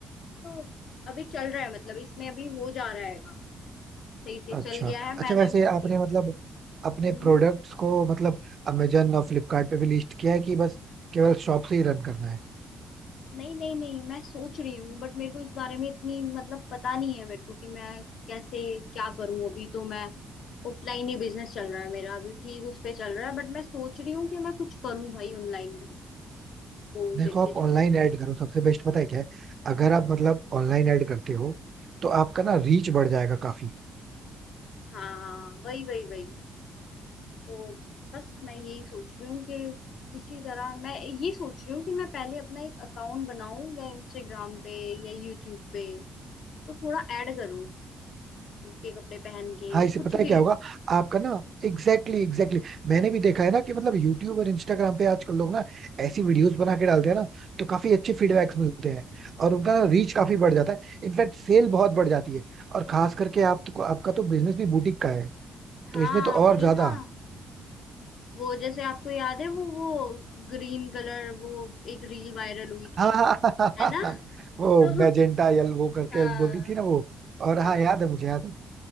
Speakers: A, on the left; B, on the right.
A: तो अभी चल रहा है मतलब इसमें अभी हो जा रहा है काम सही से
B: अच्छा
A: चल गया है
B: अच्छा
A: मैंने
B: वैसे
A: बुटीक
B: आपने मतलब अपने
A: हम्म
B: प्रोडक्ट्स को मतलब अमेजन और फ्लिपकार्ट पे भी लिस्ट किया है कि बस केवल शॉप से ही रन करना है
A: नहीं नहीं नहीं मैं सोच रही हूँ बट मेरे को इस बारे में इतनी मतलब पता नहीं है मेरे को कि मैं कैसे क्या करूँ अभी तो मैं ऑफलाइन ही बिजनेस चल रहा है मेरा अभी ठीक उस पे चल रहा है बट मैं सोच रही हूँ कि मैं कुछ करूँ भाई ऑनलाइन भी वो
B: देखो
A: लेके
B: आप ऑनलाइन
A: जाओ
B: ऐड करो सबसे बेस्ट पता है क्या है अगर आप मतलब ऑनलाइन ऐड करते हो तो आपका ना रीच बढ़ जाएगा काफी
A: हाँ वही वही वही तो बस मैं यही सोच रही हूँ कि किसी तरह मैं ये सोच रही हूँ कि मैं पहले अपना एक अकाउंट बनाऊं या इंस्टाग्राम पे या यूट्यूब पे तो थोड़ा ऐड करूँ खुद के कपड़े पहन के
B: हाँ
A: या
B: इसे
A: कुछ
B: पता है क्या
A: भी
B: होगा आपका ना Exactly exactly मैंने भी देखा है ना कि मतलब यूट्यूब और इंस्टाग्राम पे आजकल लोग ना ऐसी वीडियोस बना के डालते हैं ना तो काफी अच्छे फीडबैक्स मिलते हैं और उनका ना रीच काफी बढ़ जाता है इनफैक्ट सेल बहुत बढ़ जाती है और खास करके आप तो, आपका तो बिजनेस भी बुटीक का है
A: हाँ
B: तो इसमें तो और
A: वही
B: ज्यादा
A: ना वो जैसे आपको याद है वो वो ग्रीन कलर वो एक रील वायरल हुई थी
B: हाँ हाँ हाँ, हाँ,
A: है
B: हाँ,
A: ना
B: हाँ, वो
A: <laughs> तो
B: मैजेंटा यल वो करके
A: हाँ
B: बोलती थी ना वो और
A: हाँ
B: हाँ याद है मुझे याद